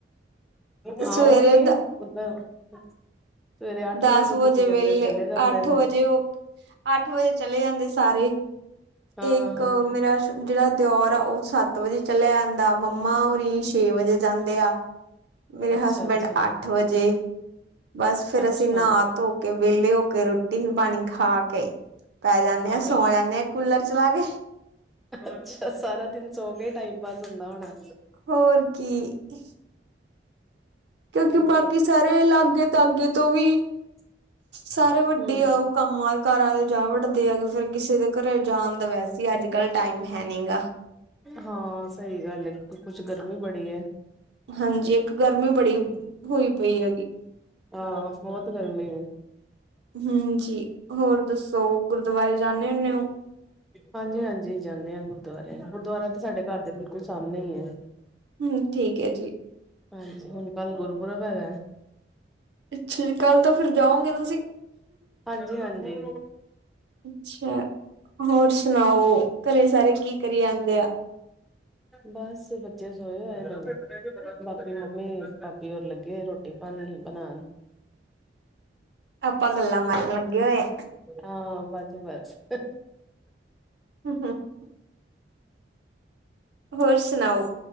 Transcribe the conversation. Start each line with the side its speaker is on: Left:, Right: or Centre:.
Centre: ਹਾਂ
Right: ਸਵੇਰੇ
Centre: ਉਹੀ,
Right: ਦ
Centre: ਮਤਲ ਸਵੇਰੇ ਅੱਠ
Right: ਦਸ
Centre: ਵਜੇ ਤੋਂ ਤੁਸੀਂ ਕਹਿੰਦੇ
Right: ਵੇਲੇ
Centre: ਹੋ ਚਲੇ ਜਾਂਦੇ
Right: ਅੱਠ
Centre: ਨੇ।
Right: ਵਜੇ ਉਹ ਅੱਠ ਵਜੇ ਚਲੇ ਜਾਂਦੇ ਸਾਰੇ,
Centre: ਹਾਂ
Right: ਇੱਕ ਮੇਰਾ, ਜਿਹੜਾ ਦਿਓਰ ਆ ਉਹ ਸੱਤ ਵਜੇ ਚਲਿਆ ਜਾਂਦਾ ਮੰਮਾ ਹੋਰੀ ਛੇ ਵਜੇ ਜਾਂਦੇ ਆ।
Centre: <inaudible>
Right: ਮੇਰੇ
Centre: ਅੱਛਾ
Right: ਹਸਬੈਂਡ
Centre: ਅੱਛਾ
Right: ਅੱਠ ਵਜੇ। ਬਸ ਫੇਰ
Centre: ਅੱਛਾ
Right: ਅਸੀਂ ਨਹਾ ਧੋ ਕੇ ਵਿਹਲੇ ਹੋ ਕੇ ਰੋਟੀ-ਪਾਣੀ ਖਾ ਕੇ ਪੈ ਜਾਂਨੇ ਆ
Centre: ਆਹੋ
Right: ਸੌ ਜਾਨੇ ਆ ਕੂਲਰ ਚਲਾ ਕੇ।
Centre: ਅੱਛਾ ਸਾਰਾ ਦਿਨ ਸੋ ਕੇ ਟਾਈਮ ਪਾਸ ਹੁੰਦਾ ਹੋਣਾ।
Right: ਹੋਰ <inaudible> ਕਿਉਂਕਿ
Centre: ਬਸ
Right: ਬਾਕੀ ਸਾਰੇ ਲਾਗੇ ਧਾਗੇ ਤੋਂ ਵੀ
Centre: <inaudible>
Right: ਸਾਰੇ ਵੱਡੀ
Centre: ਹਮ
Right: ਆ ਉਹ ਕੰਮਾਂ-ਕਾਰਾਂ ਦੇ ਜਾ ਵਡਦੇ ਆ ਫੇਰ ਕਿਸੇ ਦੇ ਘਰੇ ਜਾਣ ਦਾ ਵੈਸੇ ਈ ਅੱਜ ਕੱਲ ਟਾਈਮ ਹੈਨੀ ਗਾ।
Centre: ਹਾਂ ਸਹੀ ਗੱਲ ਏ ਕੁਛ ਗਰਮੀ ਬੜੀ ਐ।
Right: ਹਾਂਜੀ ਇੱਕ ਗਰਮੀ ਬੜੀ, ਹੋਈ ਪਈ ਹੈਗੀ।
Centre: ਹਾਂ ਬਹੁਤ ਗਰਮੀ ਏ।
Right: ਹਾਂਜੀ ਹੋਰ ਦੱਸੋ ਗੁਰਦੁਆਰੇ ਜਾਂਨੇ ਹੁੰਨੇ ਓ?
Centre: ਹਾਂਜੀ-ਹਾਂਜੀ ਜਾਂਨੇ ਆ ਗੁਰਦੁਆਰੇ ਗੁਰਦੁਆਰਾ ਤਾਂ ਸਾਡੇ ਘਰ ਦੇ ਬਿਲਕੁਲ ਸਾਹਮਣੇ ਈ ਏ।
Right: ਹੂੰ ਠੀਕ ਐ ਜੀ।
Centre: ਹਾਂਜੀ ਹੁਣ ਕੱਲ ਗੁਰਪੁਰਬ ਹੈਗਾ।
Right: ਅੱਛਾ ਜੀ ਕੱਲ੍ਹ ਤਾਂ ਫਿਰ ਜਾਓਗੇ ਤੁਸੀਂ।
Centre: ਹਾਂਜੀ-ਹਾਂਜੀ।
Right: ਅੱਛਾ, ਹੋਰ ਸੁਣਾਓ ਘਰੇ ਸਾਰੇ ਕੀ ਕਰੀ ਜਾਂਂਦੇ ਆ?
Centre: ਬਸ ਬੱਚੇ ਸੋਏ ਹੋਏ, ਬਾਕੀ ਮੰਮੀ ਭਾਬੀ ਹੋਰ ਲੱਗੇ ਰੋਟੀ ਰੋਟੀ ਪਾਣੀ ਬਣਾਨ।
Right: ਆਪਾਂ ਗੱਲਾਂ ਮਾਰਨ ਲੱਗੇ ਹੋਏ ਆ।
Centre: ਹਾਂ ਬੱਸ-ਬੱਸ।
Right: <unintelligible> ਹੋਰ ਸੁਣਾਓ,